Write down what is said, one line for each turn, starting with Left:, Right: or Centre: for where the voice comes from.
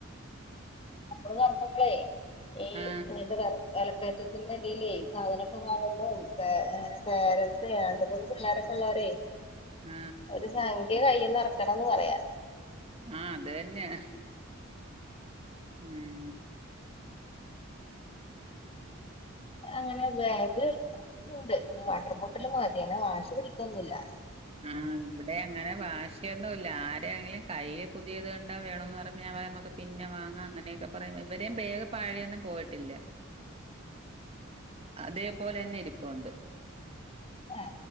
Left: സ്കൂള്തൊറക്കുമ്പളേ ഈ
Right: ആ
Left: ഇങ്ങനത്തെ കാലത്ത് വിലക്കയറ്റത്തിന്റെടീലേ സാധനൊക്കെ വാങ്ങുമ്പോം പേരൻസേ രണ്ട് മൂന്ന് പിള്ളോരൊക്കെ ഉള്ളവരെ
Right: ആ
Left: ഒരു സംഖ്യ കയ്യീന്ന് ഇറക്കണമെന്നുപറയാം
Right: ആ അതുതന്നെയാ ഉം
Left: അങ്ങനെ ബാഗ് ഉണ്ട് ഇനി വാട്ടർബോട്ടില് മതി അങ്ങനെ വാശി പിടിക്കൊന്നൂല്ലാ
Right: ആ ഇവിടെ അങ്ങനെ വാശിയൊന്നൂല്ലാ ആരെയെങ്കിലും കൈയ്യേ പുത് പുതിയതുകണ്ടാ വേണോന്നു പറയുമ്പ ഞാൻപറയും നമ്മക്ക് പിന്നെവാങ്ങാം അങ്ങനെയൊക്കെ പറയും ഇവരേം ബാഗ് പഴെയൊന്നും പോയിട്ടില്ല അതെപോലെ തന്നെ ഇരിപ്പൊണ്ട്
Left: ആ